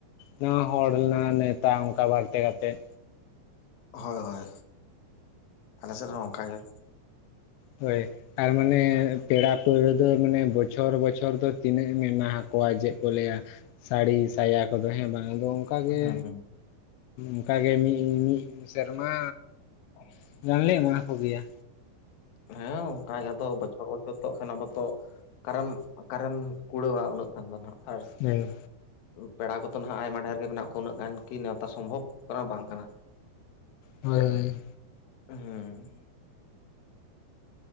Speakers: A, on the left (about 85°); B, on the left (about 65°).
A: ᱱᱚᱣᱟ ᱦᱚᱲ ᱨᱮᱱᱟᱜ ᱱᱮᱶᱛᱟ ᱚᱱᱠᱟ ᱵᱟᱲᱛᱮ ᱠᱟᱛᱮᱫ᱾
B: ᱦᱳᱭ ᱦᱳᱭ ᱟᱞᱮ ᱥᱮᱫ ᱦᱚᱸ ᱚᱱᱠᱟᱜ ᱜᱮ᱾
A: ᱦᱳᱭ ᱟᱨ ᱢᱟᱱᱮ ᱯᱮᱲᱟ ᱯᱟᱹᱦᱲᱟᱹ ᱫᱚ ᱢᱟᱱᱮ ᱵᱚᱪᱷᱚᱨ ᱵᱚᱪᱷᱚᱨ ᱫᱚ ᱛᱤᱱᱟᱹᱜ ᱮᱢ ᱮᱢᱟ ᱟᱠᱚᱣᱟ ᱡᱮᱫ ᱠᱚ ᱞᱟᱹᱭᱟ, ᱥᱟᱲᱤ ᱥᱟᱭᱟ ᱠᱚᱫᱚ ᱦᱮᱸ ᱵᱟᱝ ᱟᱫᱚ, ᱚᱱᱠᱟᱜᱮ
B: ᱦᱮᱸ ᱦᱮᱸ
A: ᱚᱱᱠᱟᱜᱮ ᱢᱤᱫ ᱢᱤᱫ ᱥᱮᱨᱢᱟ
B: <inaudible>
A: ᱜᱟᱱᱞᱮ ᱮᱢᱟ ᱦᱟᱠᱚ ᱜᱮᱭᱟ᱾
B: ᱦᱮᱸ ᱚᱱᱠᱟ ᱜᱮ ᱟᱫᱚ ᱵᱚᱪᱷᱚᱨ ᱵᱚᱪᱷᱚᱨ ᱛᱚᱠᱷᱟᱱ ᱟᱵᱚᱛᱚ ᱠᱟᱨᱮᱢ ᱚᱠᱟᱨᱮᱢ ᱠᱩᱲᱟᱹᱣᱟ ᱩᱱᱟᱹᱜ ᱜᱟᱱ ᱫᱚ ᱱᱟᱦᱟᱜ᱾ ᱟᱨ
A: ᱦᱮᱸ
B: ᱯᱮᱲᱟ ᱠᱚᱫᱚ ᱱᱟᱦᱟᱜ ᱟᱭᱢᱟ ᱰᱷᱮᱨ ᱜᱮ ᱢᱮᱱᱟᱜ ᱠᱚᱣᱟ ᱩᱱᱟᱹᱜ ᱜᱟᱱ ᱠᱤ ᱱᱮᱶᱛᱟ ᱥᱚᱢᱵᱷᱚᱵ ᱠᱟᱱᱟ ᱵᱟᱝ ᱠᱟᱱᱟ᱾
A: ᱦᱳᱭ
B: ᱦᱩᱸ